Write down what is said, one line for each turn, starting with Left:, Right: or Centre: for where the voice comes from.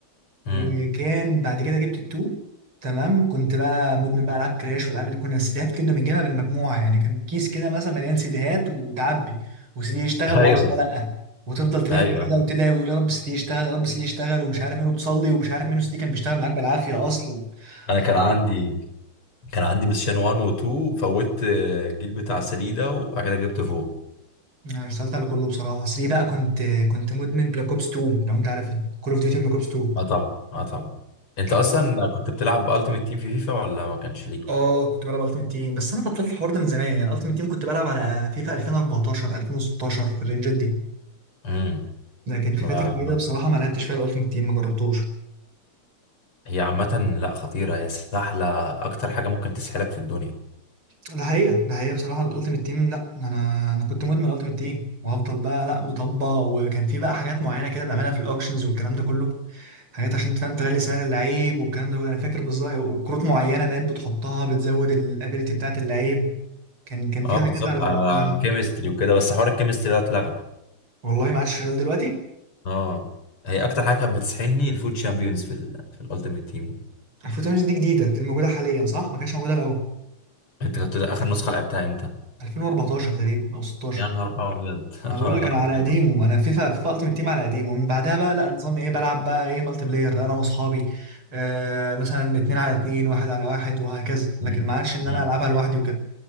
Left: امم
Right: وكان بعد كده جبت التو تمام كنت بقى مدمن بقى العاب كراش والالعاب اللي كنا السيديهات كنا بنجيبها بالمجموعه يعني كان كيس كده مثلا مليان سيديهات وتعبي وسيدي يشتغل
Left: ايوه
Right: وعشرة لا وتفضل تلف
Left: ايوه
Right: كده وتدعي وتقول يا رب سيدي يشتغل يا رب سيدي يشتغل ومش عارف مين وتصلي ومش عارف مين سيدي كان بيشتغل معاك بالعافيه اصلا
Left: انا كان
Right: هو-
Left: عندي كان عندي بلاي ستيشن 1 و 2 وفوت آه، الجيل بتاع 3 ده وبعد كده جبت فوق
Right: انا اشتغلت على كله بصراحه 3 بقى كنت كنت مدمن بلاك اوبس 2 لو انت عارفها كول اوف ديوتي بلاك اوبس 2
Left: اه طبعا اه طبعا انت
Right: كانت
Left: اصلا كنت بتلعب التيمت تيم في فيفا ولا ما كانش ليك
Right: اه كنت بلعب التيمت تيم بس انا بطلت الحوار ده من زمان يعني التيمت تيم كنت بلعب على فيفا 2014 2016 في الرينجات دي
Left: امم
Right: لكن فيفات
Left: ما...
Right: الجديده
Left: ما...
Right: بصراحه ما لعبتش فيها الالتيمت تيم ما جربتوش
Left: هي عامه لا خطيره هي سهله اكتر حاجه ممكن تسحلك في الدنيا
Right: ده حقيقه ده حقيقه بصراحه الالتيمت تيم لا انا انا كنت مدمن الالتيمت تيم وهفضل بقى لا مطبق وكان في بقى حاجات معينه كده بنعملها في الاوكشنز والكلام ده كله حاجات عشان تفهم تغلي سعر اللعيب والكلام ده كله انا فاكر بالظبط وكروت معينه باين بتحطها بتزود الابيليتي بتاعت اللعيب كان كان
Left: اه
Right: في
Left: بالظبط
Right: حاجات على
Left: على
Right: وقتها
Left: على الكيمستري وكده بس حوار الكيمستري ده اتلغى
Right: والله ما عادش شغال دلوقتي
Left: اه هي اكتر حاجه كانت بتسحلني الفوت شامبيونز في ال... في الالتيمت تيم
Right: 2008 دي جديدة دي الموجودة حاليا صح؟ ما كانتش موجودة الأول
Left: انت كنت اخر نسخه لعبتها امتى؟
Right: 2014 تقريبا أو 16
Left: يا نهار ابيض
Right: ما
Left: <laughs>
Right: بقول
Left: آه،
Right: لك
Left: لا
Right: أنا على
Left: كلام
Right: قديمه أنا فيفا فيفا ألتيمت تيم على قديمه ومن بعدها بقى لا نظام إيه بلعب بقى إيه مالتي بلاير لا أنا وأصحابي آه مثلا اتنين على اتنين واحد على واحد وهكذا
Left: مم.
Right: لكن ما عادش إن
Left: مم.
Right: أنا ألعبها لوحدي وكده